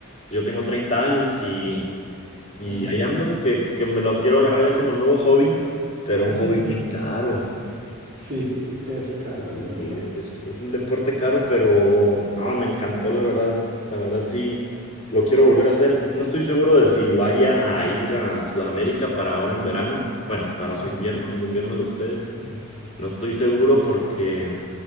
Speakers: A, on the left; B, on the right.
A: Yo tengo 30 años y, y
B: Ah,
A: ahí ando,
B: ya.
A: que, que me lo quiero agarrar ya como nuevo hobby, pero un
B: <laughs>
A: hobby bien caro.
B: Sí, es caro,
A: Y
B: es verdad.
A: es, es un deporte caro, pero no,
B: Ujú,
A: me encantó, la verdad. La verdad sí, lo quiero volver a hacer. No estoy seguro de
B: ujú,
A: si vaya a ir a Sudamérica para ahora en verano. Bueno, para
B: ujú,
A: su invierno, el invierno de ustedes.
B: ujú, ujú,
A: No estoy seguro porque...